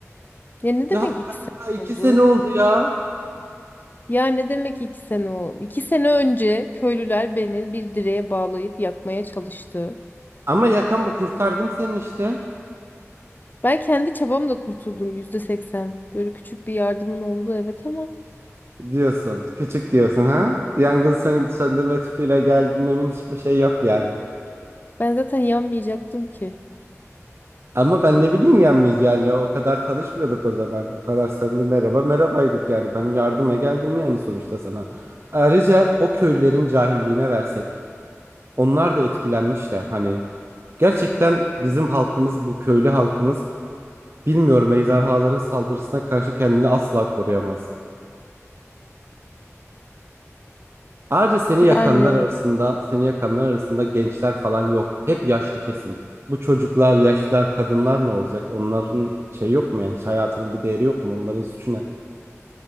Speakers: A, on the left; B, on the right.
A: Ya ne
B: Ya
A: demek ikisi
B: hala
A: oldu?
B: iki sene oldu ya.
A: Ya ne demek iki sene o? İki sene önce köylüler beni bir direğe bağlayıp yakmaya çalıştı.
B: Ama yakan bu kurtardım seni işte.
A: Ben kendi çabamla kurtuldum yüzde seksen. Böyle küçük bir yardımın oldu evet ama
B: Diyorsun. Küçük diyorsun ha? Yangın sön- söndürme tüpüyle gelmemin hiçbir şey yok yani.
A: ben zaten yanmayacaktım ki.
B: Ama ben ne bileyim yanmayacağını. yani O kadar tanışmıyorduk o zaman. O kadar samimi merhaba merhabaydık yani. Ben yardıma geldim yani sonuçta sana. Ayrıca o köylülerin cahilliğine versek. Onlar da etkilenmişler hani. Gerçekten bizim halkımız bu köylü halkımız bilmiyorum ejderhaların saldırısına karşı kendini asla koruyamaz. Ayrıca seni
A: Yani
B: yakanlar arasında, seni yakanlar arasında gençler falan yok. Hep yaşlı kesim. Bu çocuklar, yaşlılar, kadınlar ne olacak? Onların şey yok mu yani? Hiç hayatının bir değeri yok mu? Onların suçu ne?